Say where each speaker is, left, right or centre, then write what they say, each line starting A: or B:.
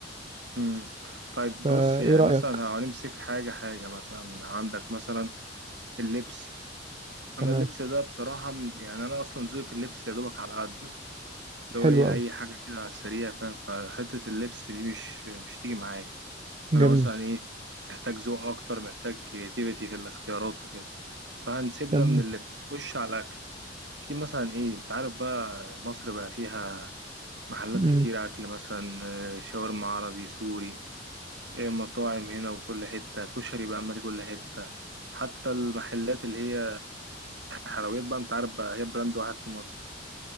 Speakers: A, on the right (about 70°); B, on the right (about 30°).
A: امم طيب
B: فايه
A: بص يعني
B: رأيك
A: مثلا هنمسك حاجة حاجة مثلا عندك مثلا اللبس انا
B: تمام
A: اللبس ده بصراحه م- يعني انا اصلا ذوقي في اللبس يا دوبك على قده لو
B: حلو
A: هي
B: أوي
A: اي حاجه كده على السريع فاهم فحته اللبس دي مش مش تيجي معايا انا
B: جميل
A: مثلا ايه محتاج ذوق اكتر محتاج كرياتيفيتي في الاختيارات وكده فهنسيبنا
B: تمام
A: من اللبس خش على الاكل في مثلا ايه انت عارف بقى مصر بقى فيها محلات
B: مم.
A: كتير اكل مثلا آه، شاورما عربي سوري إيه مطاعم هنا وكل حته كشري بقى مالي كل حته حتى المحلات اللي هي حلويات بقى انت عارف بقى هي براند واحد في مصر